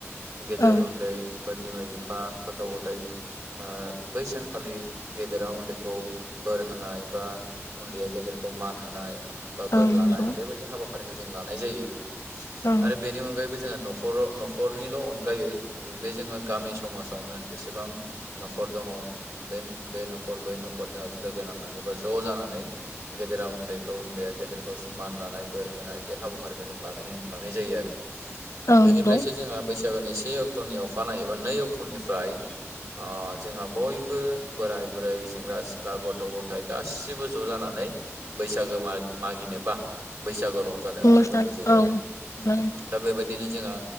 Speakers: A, on the right; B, on the left.
A: गेदेर
B: औ
A: उन्दै बा बिमा बिफा बिफा गथ गथाइ ओ बैसान खालि गेदेरा उन्दैखौ बोर होनाय बा उन्दैया गेदेरखौ मान होनाय बा बोर
B: औ
A: लानाय
B: नंगौ
A: बेबायदि हाबा फारिखौ जों लानाय जायो।
B: औ
A: आरो बेनि अनगायैबो जोंहा नखर नखर नखरनिल अनगायै बे जोङो गामि समाजावनो जेसेबां नखर दङ। बे बे नखर बै नखर जोंहा लोगो नांनानै बा ज' जानानै गेदेरा उन्दैखौ उन्दैया गेदेरखौ मान लानाय बोर होनाय बे हाबाफारिखौ जों लानो लानाय जायो आरो
B: औ
A: बेनिफ्रायसो
B: नंगौ
A: जोंहा बैसागुनि से अक्टनि अखानाय एबा नै अक्टनिफ्राय ओ जोंहा बय बो बोराय बुरै सेंग्रा सिख्ला गथ' गथाय गासिबो ज' जानानै बैसागो माग मागिनोबा बैसागु रंजानो
B: मोसा
A: ओंखारबोनाय जायो
B: औ
A: आरो
B: नंगौ
A: दा बेबायदिनो जोंहा